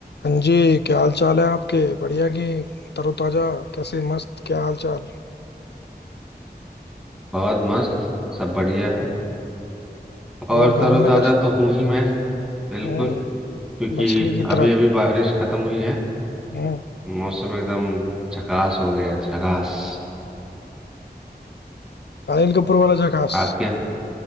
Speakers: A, on the left; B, in the centre.
A: हाँ जी क्या हाल चाल है आपके बढ़िया की तरोताजा कैसे मस्त क्या हाल चाल
B: बहुत मस्त सब बढ़िया है और
A: और घर
B: तरोताजा
A: में कर
B: तो हूँ ही मैं बिल्कुल
A: हम्म
B: क्योंकि
A: मछली की
B: अभी
A: तरह
B: अभी बारिश खत्म हुई है
A: हम्म
B: मौसम एकदम झकास हो गया है, झकास
A: अनिल कपूर वाला जकास
B: आप क्या